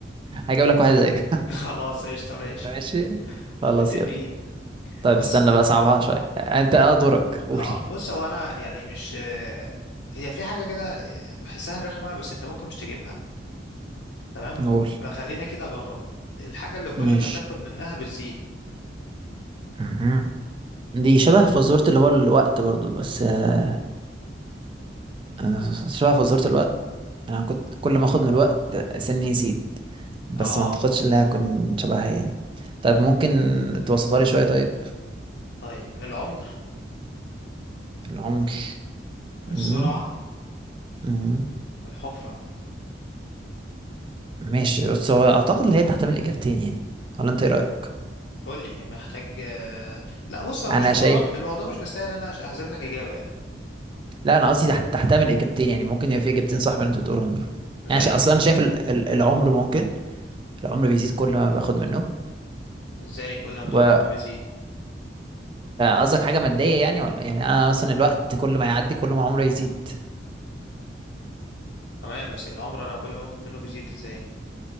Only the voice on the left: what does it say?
<laughs> خلاص قشطه
ماشي
متفقين
بص
اه بص هو انا يعني مش آه، هي في حاجه كده بحسها رخمه بس انت ممكن مش تجيبها تمام
فخلينا كده اجرب الحاجة اللي كل
ما تاخد منها بتزيد
اه
طيب العمر
السرعة
الحفرة
قول لي محتاج آه، لا بص هو
مش الموضوع
الموضوع مش مستاهل انا اعزف لك اجابة يعني
ازاي
قول
ازاي كل ما بتاخد
منه بيزيد
تمام بس العمر انا كل ما باخد منه بيزيد ازاي